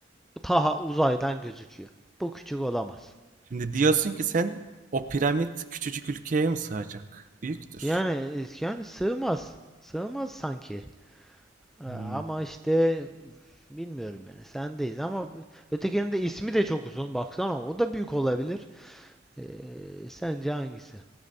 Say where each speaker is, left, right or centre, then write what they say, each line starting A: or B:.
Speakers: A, in the centre; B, on the right.
A: Taha uzaydan gözüküyor. Bu küçük olamaz.
B: Şimdi diyorsun ki sen o piramit küçücük ülkeye mi sığacak? Büyüktür.
A: Yani e, yani sığmaz. Sığmaz sanki. Ha,
B: Hmm.
A: Ama işte bilmiyorum yani sendeyiz ama ötekinin de ismi de çok uzun baksana o da büyük olabilir. Ee, sence hangisi?